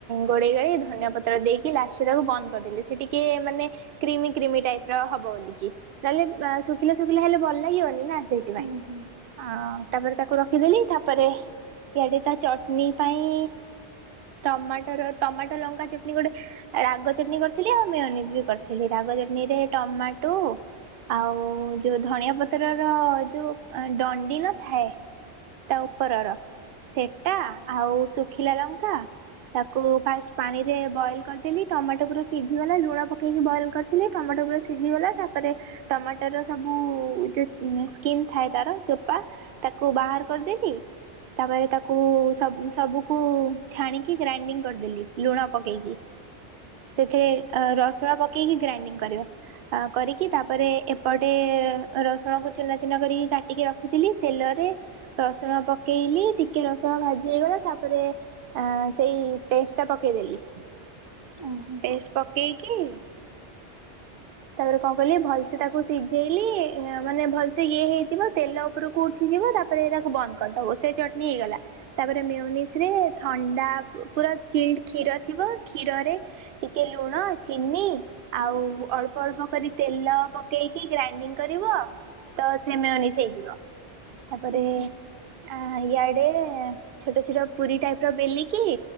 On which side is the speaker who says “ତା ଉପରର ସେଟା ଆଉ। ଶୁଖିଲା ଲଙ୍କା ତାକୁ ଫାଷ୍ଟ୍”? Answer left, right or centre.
Right